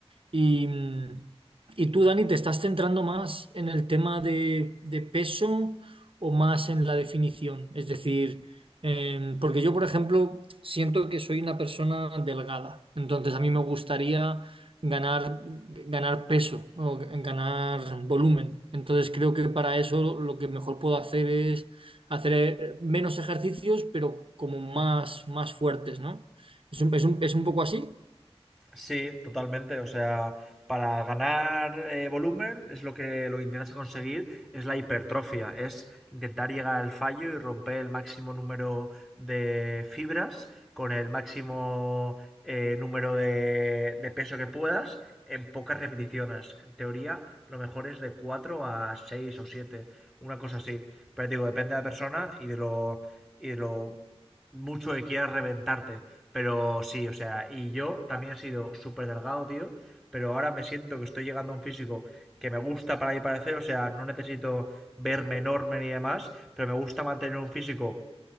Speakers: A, on the right (about 60°); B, in the centre.
A: Y, mm, y tú, Dani, ¿te estás centrando más en el tema de, de peso o más en la definición? Es decir, em, porque yo, por ejemplo, siento que soy una persona delgada, entonces a mí me gustaría ganar, ganar peso o g- ganar volumen. Entonces creo que para eso lo que mejor puedo hacer es hacer eh, menos ejercicios, pero como más, más fuertes, ¿no? Es un, es un- es un poco así.
B: Sí, totalmente. O sea, para ganar eh, volumen es lo que, lo que intentas conseguir, es la hipertrofia, es intentar llegar al fallo y romper el máximo número de fibras con el máximo eh, número de, de peso que puedas en pocas repeticiones. En teoría, lo mejor es de 4 a 6 o 7. una cosa así. Pero digo, depende de la persona y de lo, y de lo mucho que quieras reventarte. Pero sí, o sea, y yo también he sido súper delgado, tío. Pero ahora me siento que estoy llegando a un físico que me gusta para mi parecer. O sea, no necesito verme enorme ni demás. Pero me gusta mantener un físico